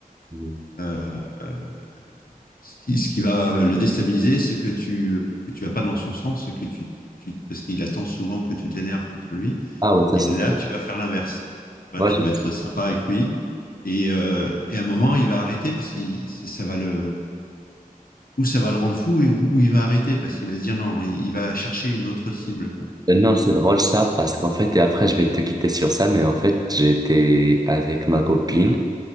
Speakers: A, on the right; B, on the left.
A: Mhm.
B: euh, euh, ce qui, ce qui va le déstabiliser, c'est que tu, que tu vas pas dans son sens et que tu, tu, parce qu'il attend souvent que tu t'énerves contre lui.
A: Ah ouais, ça
B: Et
A: c'est
B: là,
A: trop.
B: tu vas faire l'inverse. Tu
A: Moi,
B: vois, tu
A: je-
B: vas être sympa avec lui. Et, euh, et à un moment, il va arrêter parce que ça va le, ou ça va le rendre fou et où il va arrêter parce qu'il va se dire non, il, il va chercher une autre cible, quoi.
A: euh, Non, c'est drôle ça, parce qu'en fait, et après je vais te quitter sur ça, mais en fait, j'étais avec ma copine